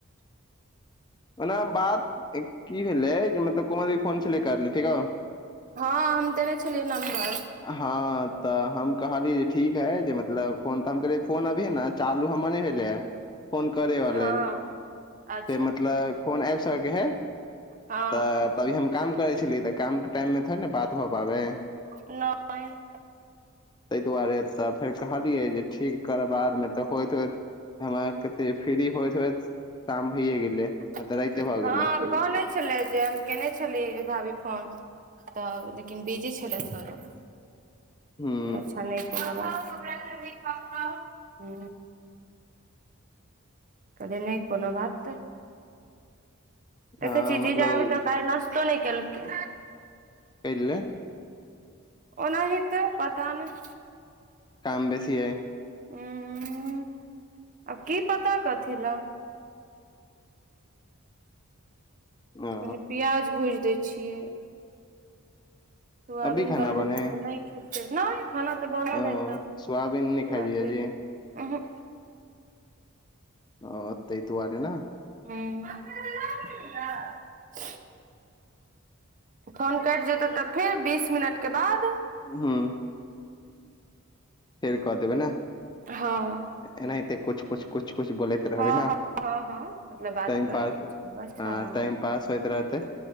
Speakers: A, on the left; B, on the right.
A: ओना बात की भेलै मतलब कोमल दी फोन छेलै करने ठीक हव
B: हँ हम देने छेलियै नम्बर।
A: हँ तऽ हम कहलिये ठीक हय जे मतलब फोन तऽ हम कहिय फोन अभी न चालू हमर नै भेलै या फोन करैय वा
B: हँ
A: लेल।
B: अच्छा
A: मतलब फोन आयब सकै है
B: हँ
A: तऽ त अभी हम काम करै छेलियै तऽ कामके टाइममे थोड़ी ने बात भ पाबै।
B: नय
A: तैय दुआरे तऽ फेर कहलियै जे ठीक कर बाद मे तऽ होयत- होयत हमरा कते फ्री होयत-होयत काम भैए गेलै।
B: हँ
A: मतलब राइते भऽ गेलै
B: कहने छलै जे केने छेलियै भाभी फोन। तऽ लेकिन बिजी छेलैय सरभ।
A: हूँ
B: अच्छा नैय कोनो बात हु। करेनै कोनो बात
A: हँ
B: देखै छी
A: मतलब
B: जीजा अभी तक नश तो नैय केलकै।
A: कै ले?
B: ओनाहीते पता नैय।
A: काम बेसी अय।
B: उ-उ आ की पता कथि लए।
A: ओ
B: कनी प्याज भुइज दै छियै। सुआबीन
A: अभी खाना
B: बनलै
A: बनै
B: तऽ नै खेलकै नहि। खाना तऽ बनल
A: ओ
B: रहैत सुआबीन
A: सोयाबीन नहि खाइ छियै जी
B: उहु।
A: ओ तै दुऽआरे न
B: हु <unintelligible> फोन कैट जेतौ तऽ फेर बीस मिनट के बाद
A: हँ फेर कऽ देबै न
B: हँ
A: एनाहिते कुछ- कुछ -कुछ- कुछ बोलैत कहबै
B: हँ
A: न
B: हँ हँ हँ मतलब बात
A: टैमपास
B: करयके छै बस हँ
A: आ टैमपास होइत रहतै